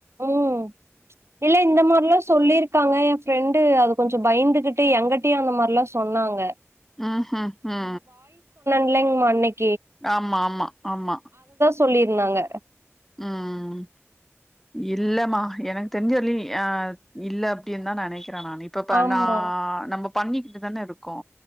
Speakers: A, on the right (about 60°); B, in the centre.
A: உம் இல்ல இந்த மாரிலா சொல்லியிருக்காங்க எ ஃப்ரெண்ட் ட்டு அது கொஞ்ச பயந்துகிட்டு எங்கட்டயு அந்த மாரில்லா சொன்னாங்க
B: ஆஹ ஆ
A: இல்லைங்மா இன்னைக்
B: ஆமா ஆமா ஆமா
A: சொல்லி இருந்தாங்க
B: உம் இல்லமா எனக்கு தெரிஞ்ச வர்லியு ஆ இல்ல அப்டின்னு தா நெனக்குறே நெனக்கிறே நானு இப்ப
A: ஆமா.
B: நா நம்ம பண்ணிகிட்டு தான இருக் கோ